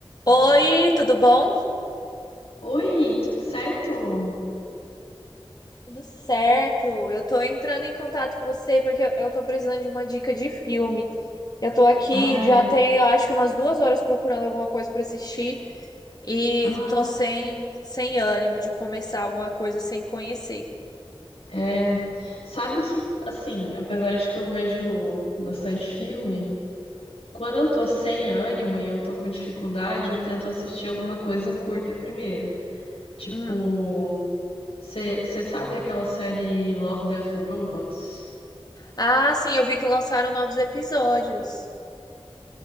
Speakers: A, on the left; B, on the left.
A: Oi,
B: Hum.
A: tudo bom?
B: Oi, tudo certo?
A: Tudo certo. Eu tô entrando em contato com você porque eu eu tô precisando de uma dica de filme. Eu tô aqui
B: Ah,
A: já
B: é.
A: tem, eu acho que umas duas horas procurando alguma coisa pra assistir e
B: Ah,
A: tô sem, sem ânimo de começar alguma coisa sem conhecer.
B: é. Sabe que, assim, apesar de que eu vejo bastante filme, quando eu tô sem ânimo e eu tô com dificuldade, eu tento assistir alguma coisa curta primeiro. Tipo,
A: Hum.
B: você sabe aquela série Love, Death and Robots?
A: Ah, sim, eu vi que lançaram novos episódios.